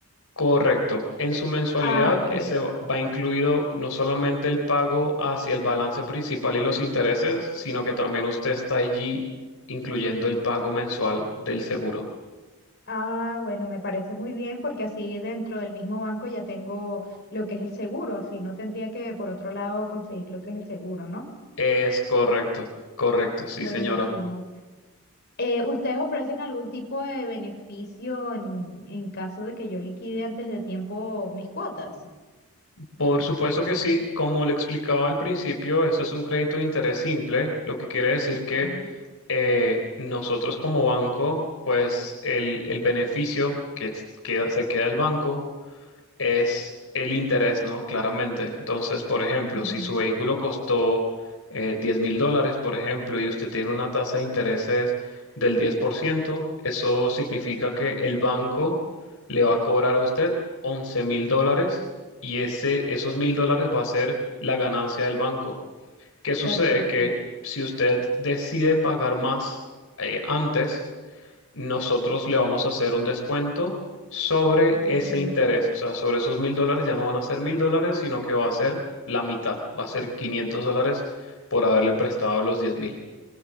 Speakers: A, on the left (about 70°); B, on the left (about 50°).
A: Correcto. En su mensualidad
B: Ah, ok.
A: ese va va incluido no solamente el pago hacia el balance principal y los intereses, sino que también usted está allí incluyendo el pago mensual del seguro.
B: Ah, bueno, me parece muy bien porque así dentro del mismo banco ya tengo lo que es el seguro, así no tendría que por otro lado conseguir lo que es el seguro, ¿no?
A: Es correcto, correcto, sí,
B: Buenísimo.
A: señora.
B: Eh, ¿ustedes ofrecen algún tipo de beneficio en, en caso de que yo liquide antes de tiempo mis cuotas?
A: Por supuesto que sí, como le explicaba al principio, esto es un crédito de interés simple, lo que quiere decir que
B: Sí.
A: eh, nosotros como banco, pues el, el beneficio que, es- que se queda el banco es el interés, ¿no? Claramente. Entonces, por ejemplo,
B: Ujú,
A: si su vehículo costó eh, 10 mil dólares, por ejemplo, y usted tiene una tasa de intereses del 10%, eso significa que el banco le va a cobrar a usted once mil dólares y ese, esos mil dólares va a ser la ganancia del banco. ¿Qué sucede?
B: Perfecto,
A: Que si usted decide pagar más eh, antes, nosotros le vamos a hacer un descuento sobre ese
B: excelente.
A: interés. O sea, sobre esos mil dólares ya no van a ser mil dólares, sino que va a ser la mitad, va a ser 500 dólares por haberle prestado los diez mil.